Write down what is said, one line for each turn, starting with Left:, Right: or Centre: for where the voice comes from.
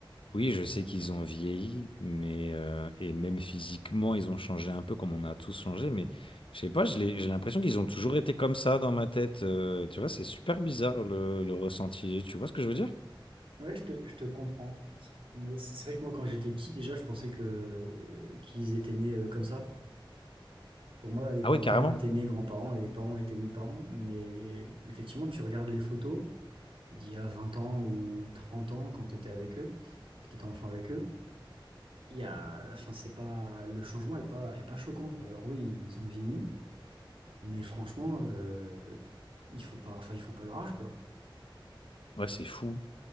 Left: oui, je sais qu'ils ont vieilli, mais euh, et même physiquement, ils ont changé un peu comme on a tous changé. Mais je sais pas, je l'ai- j'ai l'impression qu'ils ont toujours été comme ça dans ma tête. Euh, tu vois, c'est super bizarre le, le ressenti. Tu vois ce que je veux dire?
Right: Ouais, je te, je te comprends. Mais c'est c'est vrai que moi, quand j'étais petit, déjà, je pensais que euh, qu'ils étaient nés euh, comme ça. Pour moi, les grands-parents
Left: Ah oui, carrément.
Right: étaient nés grands-parents et les parents étaient nés parents. Mais effectivement, tu regardes les photos d'il y a 20 ans ou 30 ans quand tu étais avec eux, que tu étais enfant avec eux. Il y a, enfin, c'est pas, le changement est pas, est pas choquant, quoi. Alors oui, ils ont vieilli, mais franchement, euh, ils font pas, enfin, ils font pas leur âge, quoi.
Left: Ouais, c'est fou.